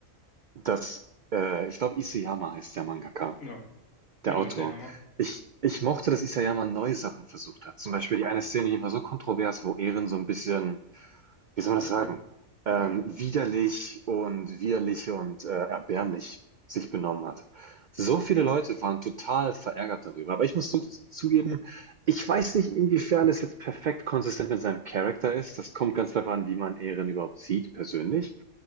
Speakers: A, on the right (about 80°); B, on the left (about 75°).
A: dass, äh ich glaube, Isayama heißt der Mangaka,
B: Genau,
A: der
B: genau,
A: Autor.
B: ich sage ja immer,
A: Ich ich mochte, dass Isayama neue Sachen versucht hat. Zum Beispiel die eine Szene, die war so kontrovers, wo Eren so ein bisschen wie soll man das sagen,
B: ge- geweint
A: ähm,
B: hat.
A: widerlich und widerlich und äh, erbärmlich sich benommen hat. So viele
B: Mhm.
A: Leute waren total verärgert darüber. Aber ich muss zu zugeben, ich weiß nicht, inwiefern es jetzt perfekt konsistent mit seinem Charakter ist. Das kommt ganz darauf an, wie man Eren überhaupt sieht, persönlich.